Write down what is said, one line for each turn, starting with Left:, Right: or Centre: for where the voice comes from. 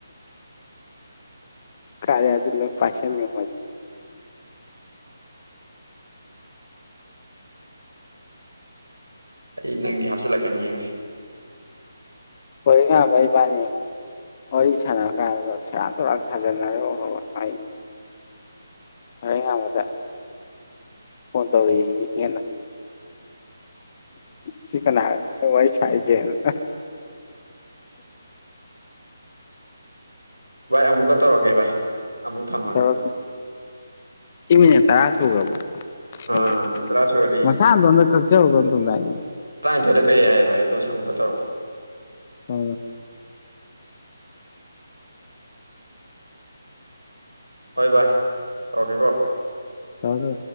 Left: ꯀꯥꯔꯌꯥꯗꯣ ꯂꯣꯏꯅ ꯄꯥꯏꯁꯟ ꯉꯝꯃꯗꯤ
Right: ꯑꯩ ꯅꯪꯗꯤ ꯍꯥꯞꯆꯤꯜꯂꯛꯀꯅꯤ ꯕꯥꯏ
Left: ꯄꯣꯏꯔꯩꯉꯥꯟꯕ ꯏꯕꯥꯅꯤ ꯋꯥꯔꯤ ꯁꯥꯟꯅꯕꯀꯥꯟꯗ ꯁꯦꯔꯥꯟ ꯇꯨꯔꯥꯟ ꯁꯥꯖꯟꯅꯔꯒ ꯑꯩ ꯄꯣꯏꯔꯩꯉꯥꯟꯕꯗ ꯐꯣꯟ ꯇꯧꯔꯛꯑꯦꯌꯦ ꯍꯦꯠꯅ ꯁꯤ ꯀꯅꯥ ꯋꯥꯔꯤ ꯁꯥꯏꯖꯦꯅ
Right: ꯚꯥꯏ ꯑꯃꯨꯛꯀ ꯇꯧꯔꯛꯀꯦ ꯚꯥꯏ ꯑꯃꯨꯛ ꯊꯝꯃꯒ
Left: ꯇꯧꯔꯛꯑꯣ ꯁꯤ ꯃꯤꯅꯠ ꯇꯔꯥ ꯁꯨꯈꯔꯕꯣ
Right: ꯑꯥ
Left: ꯑꯣ
Right: ꯃꯤꯅꯤꯠ ꯇꯔꯥ ꯁꯨꯔꯗꯤ
Left: ꯃꯁꯥ ꯃꯇꯣꯟꯗ ꯀꯛꯆꯕꯔ ꯀꯩꯅꯣꯝ ꯇꯧꯗꯥꯏꯅꯦ
Right: ꯇꯔꯥꯅꯤꯊꯣꯏꯗ ꯀꯛꯑꯦ ꯍꯥꯏ ꯚꯥꯏ ꯑꯗꯣꯏꯁꯨ ꯑꯃꯨꯛꯀ ꯇꯧꯔꯛꯀꯦ
Left: ꯑ
Right: ꯍꯣꯏ ꯚꯥꯏ ꯇꯧꯔꯀꯦꯀꯣ
Left: ꯇꯥꯎꯖꯣ